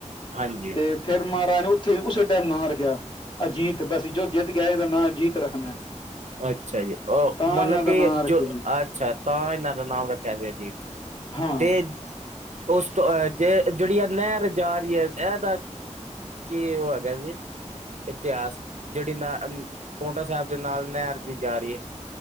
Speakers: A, on the right; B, on the left.
A: ਹਾਂਜੀ
B: ਤੇ ਫੇਰ ਮਹਾਰਾਜ ਨੇ ਉੱਥੇ ਉਸੇ ਟੈਮ ਨਾਮ ਰੱਖਿਆ ਅਜੀਤ ਬਸ ਜੁੱਧ ਜਿੱਤ ਗਿਆ ਇਹਦਾ ਨਾਂ ਅਜੀਤ ਰੱਖਣਾ।
A: ਅੱਛਾ ਜੀ ਅ
B: ਤਾਂ
A: ਮਤਲਬ
B: ਇਹਨਾਂ ਦਾ
A: ਕਿ
B: ਨਾਂ ਰੱਖਿਆ
A: ਜੋ
B: ਜੀ
A: ਅੱਛਾ ਤਾਂ ਏਨਾਂ ਦਾ ਨਾਮ ਰੱਖਿਆ ਗਯਾ ਅਜੀਤ।
B: ਹਾਂ
A: ਤੇ ਉਸ ਤੋਂਹ ਜੇ ਜੇੜੀ ਆ ਨਹਿਰ ਜਾ ਰਹੀ ਏ ਐ ਤਾਂ ਕੀ ਉਹ ਹੈਗਾ ਜੀ ਇਤਿਹਾਸ ਜੇੜੀ ਨਾ ਪੋਂਟਾ ਸੈਬ ਦੇ ਨਾਲ ਨੈਰ ਜੀ ਜਾ ਰੀ ਏ।